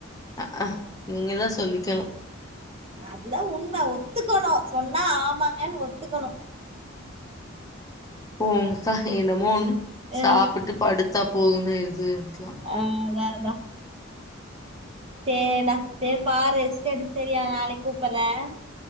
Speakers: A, on the left; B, on the right.
A: அ அ நீங்கள் தான் சொல்லிக்கணும்
B: அதுதான் உண்ம ஒத்துக்கணும் சொன்னா ஆமாங்கன்னு ஒத்துக்கணும்
A: போங்கக்கா என்னமோ
B: ஆ
A: சாப்பிட்டு படுத்தா போதும்ன்னு இருந்துருக்கலாம்
B: ஆஹ் அதான் அதான் சேரிடா சேரி பாரு ரெஸ்ட் எடு சரியா நாளைக்கு கூப்பிடறேன்